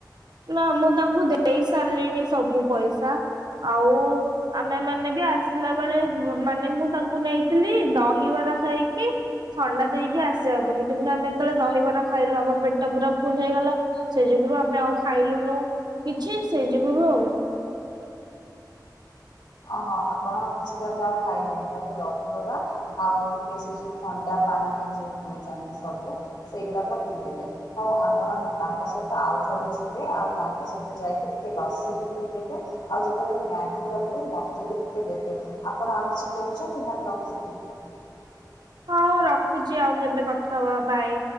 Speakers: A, on the right; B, on the left.
A: ନା ମୁଁ ତାଙ୍କୁ ଦେଇ ସାରିଲିଣି ସବୁ ପଇସା ଆଉ ଆମେମାନେ ବି ଆସିଲା ବେଳେ ମାନେ ମୁଁ ତାଙ୍କୁ ନେଇଥିଲି ଦହିବରା ଖାଇକି ଥଣ୍ଡା ଦେଇକି ଆସିବା ବୋଲି କିନ୍ତୁ ଆମେ ଯେତେବେଳେ ଦହିବରା ଖାଇଲୁ ଆମ ପେଟ ପୁରା ଫୁଲ୍ ହେଇଗଲା। ସେଇ ଯୁଗୁରୁ ଆମେ ଆଉ ଖାଇଲୁନୁ କିଛି ସେଇ ଯୁଗୁରୁ ଆଉ।
B: ଓହୋ ଆପଣ କିଛି ତାହେଲେ ଆଉ ଖାଇଲେନି, ଖାଲି ଦହିବରା ଆଉ ଟିକେ ସେ ଯୋଉ ଥଣ୍ଡା ପାନୀୟ ଯୋଉ ପିଉଚନ୍ତି ସବୁ ସେଇଗୁଡାକ ପିଇଦେଲେ। ହଉ ଆପଣ ତାଙ୍କ ସହିତ ଆଉଥରେ ଯିବେ ଆଉ ତାଙ୍କ ସହିତ ଯାଇକି ଟିକେ ଲସି ବି ପିଇଦେବେ। ଆଉ ଯେତେବେଳେ ମ୍ୟାଗି କରିବେ ମତେ ବି ଟିକେ ଦେବେ, ଆପଣ ଆଉ କିଛି କହୁଛନ୍ତି ନା ଆମେ ରଖିବି?
A: ହଁ ରଖୁଛି ଆଉ କେବେ କଥା ହବା ବାଏ।